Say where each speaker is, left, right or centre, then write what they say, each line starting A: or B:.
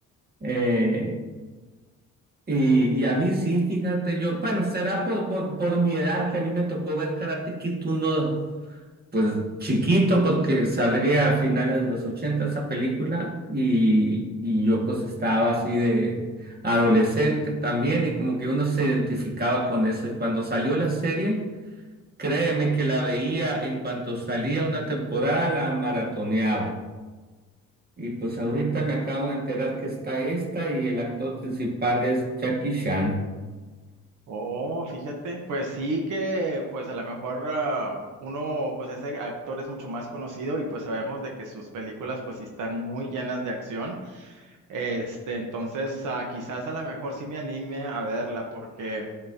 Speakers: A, on the right; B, on the right.
A: eh, y, y a mí sí, fíjate, yo, bueno, será por, por, por mi edad que a mí me tocó ver Karate Kid uno. pues chiquito porque saldría a finales de los 80 esa película y, y yo pues estaba así de adolescente también y como que uno se identificaba con eso y cuando salió la serie, créeme que la veía en cuanto salía una temporada, la maratoneaba. Y pues ahorita me acabo de enterar que está esta y el actor principal es Jackie Chan.
B: Oh, fíjate, pues sí que, pues a lo mejor ah, uno, pues ese actor es mucho más conocido y pues sabemos de que sus películas pues sí están muy llenas de acción. Este, entonces ah, quizás a lo mejor sí me anime a verla porque...